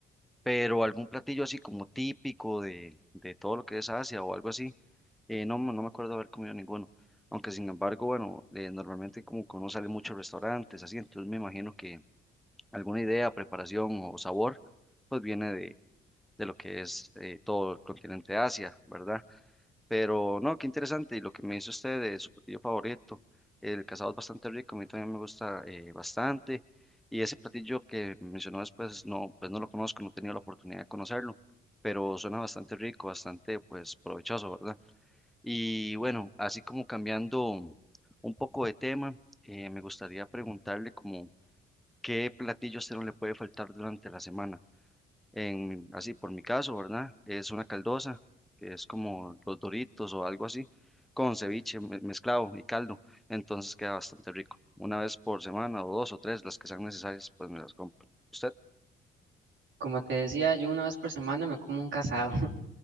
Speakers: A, in the centre; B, on the right (about 75°).
A: pero algún platillo así como típico de, de todo lo que es Asia o algo así, eh, no, me- no me acuerdo haber comido ninguno, aunque sin embargo, bueno, eh, normalmente como que uno sale mucho a restaurantes, así, entonces me imagino que alguna idea, preparación o sabor, pues viene de, de lo que es eh, todo el continente Asia, ¿verdad? Pero no, qué interesante. Y lo que me dice usted de su platillo favorito, el casado es bastante rico, a mí también me gusta eh, bastante. Y ese platillo que mencionó después, no, pues no lo conozco, no he tenido la oportunidad de conocerlo, pero suena bastante rico, bastante pues provechoso, ¿verdad? Y bueno, así como cambiando un poco de tema, eh, me gustaría preguntarle como qué platillo a usted no le puede faltar durante la semana en, así por mi caso, ¿verdad? Es una caldosa, que es como los Doritos o algo así, con ceviche me- mezclado y caldo, entonces queda bastante rico. Una vez por semana o dos o tres, las que sean necesarias, pues me las compro. ¿Usted?
B: Como te decía, yo una vez por semana me como un casado. <laughs>